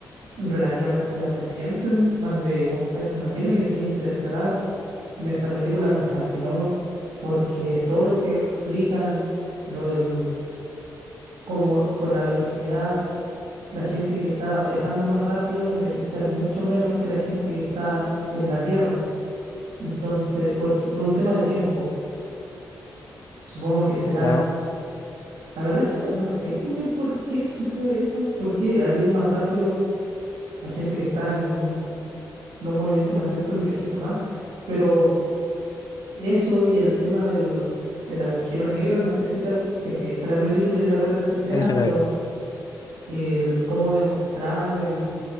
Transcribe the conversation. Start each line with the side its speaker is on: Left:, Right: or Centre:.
Right: relativamente reciente, en más de 11 años no tiene, que sería Interestelar. Me- Esa película me fascinó porque todo lo que explican, lo del cómo por la velocidad, la gente que está viajando más rápido va a envejecer mucho menos que la gente que está en la Tierra. Entonces, por, por un tema de tiempo, supongo que será...
Left: Claro,
Right: La verdad es que no sé muy bien por qué sucede eso, porque al ir más rápido, la gente que está en un no un movimiento más lento envejece más, pero eso y el tema del el agujero negro, no sé si, te acu- si es que viste la película y recuerdas esa escena,
Left: sí, se
Right: pero
Left: la vi.
Right: el cómo demostraban el